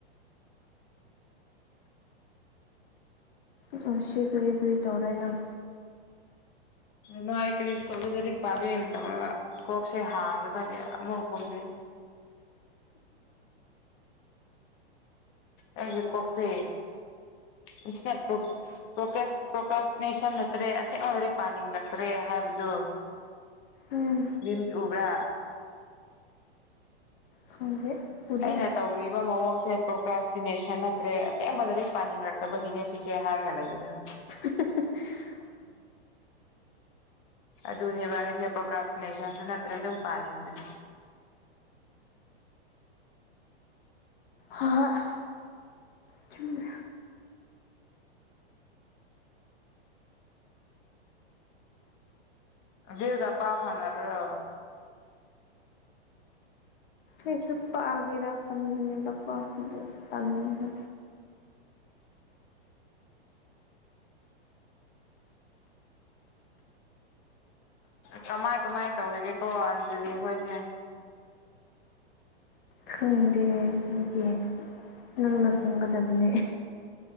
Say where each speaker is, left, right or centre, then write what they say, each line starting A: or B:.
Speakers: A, on the left; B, on the left.
A: ꯉꯁꯤ ꯀꯔꯤ ꯀꯔꯤ ꯇꯧꯔꯦ ꯅꯪ
B: ꯉꯥꯏ ꯀꯔꯤꯁꯨ ꯇꯧꯗꯦ ꯂꯥꯏꯔꯤꯛ ꯄꯥꯒꯦꯅ ꯇꯧꯔꯒ ꯀꯣꯛꯁꯦ ꯍꯥꯡꯗ꯭ꯔꯥꯒꯗꯤ ꯑꯃꯨꯛ ꯈꯣꯝꯖꯤꯟ ꯑꯩꯒꯤ ꯀꯣꯛꯁꯦ ꯗꯤꯁ꯭ꯇꯔꯕ ꯇ꯭ꯔꯣꯞꯄꯅꯤ ꯄ꯭ꯔꯣꯀꯦꯁ ꯄ꯭ꯔꯣꯀ꯭ꯔꯥꯁ꯭ꯇꯤꯅꯦꯁꯟ ꯅꯠꯇ꯭ꯔꯦ ꯑꯁꯦꯡꯕ ꯂꯥꯏꯔꯤꯛ ꯄꯥꯅꯤꯡꯔꯛꯇ꯭ꯔꯦ ꯍꯥꯏꯕꯗꯨ
A: ꯎꯝ
B: ꯚꯤꯝꯁ ꯎꯕ꯭ꯔꯥ
A: ꯈꯪꯗꯦ ꯎꯗꯦ
B: ꯑꯩꯅ ꯇꯧꯔꯤꯕ ꯃꯑꯣꯡꯁꯦ ꯄ꯭ꯔꯣꯀ꯭ꯔꯥꯁ꯭ꯇꯤꯅꯦꯁꯟ ꯅꯠꯇ꯭ꯔꯦ ꯑꯁꯦꯡꯕ ꯂꯥꯏꯔꯤꯛ ꯄꯥꯅꯤꯡꯔꯛꯇꯕꯒꯤꯅꯦ ꯁꯤꯁꯦ ꯍꯥꯏꯔꯒ ꯂꯩꯕꯗꯨ
A: <inaudible>
B: ꯑꯗꯨꯅꯦꯕ ꯑꯩꯁꯦ ꯄ꯭ꯔꯣꯀ꯭ꯔꯥꯁ꯭ꯇꯤꯅꯦꯁꯟꯁꯨ ꯅꯠꯇ꯭ꯔꯦ ꯑꯗꯨꯝ ꯄꯥꯅꯤꯡꯗꯦ
A: ꯍ ꯍꯥ ꯆꯨꯅꯦ
B: ꯕꯤꯜꯒꯥ ꯄꯥꯎ ꯐꯥꯎꯅꯕ꯭ꯔꯣ
A: ꯑꯩꯁꯨ ꯄꯥꯒꯦꯔꯥ ꯈꯟꯕꯅꯦꯕꯀꯣ ꯗꯨ ꯇꯟꯕ
B: ꯀꯃꯥꯏ ꯀꯃꯥꯏ ꯇꯧꯔꯤꯒꯦ ꯀꯣ ꯑꯟꯖꯂꯤ ꯈꯣꯏꯁꯦ
A: ꯈꯪꯗꯦ ꯑꯩꯗꯤ ꯅꯪꯅ ꯈꯪꯒꯗꯕꯅꯦ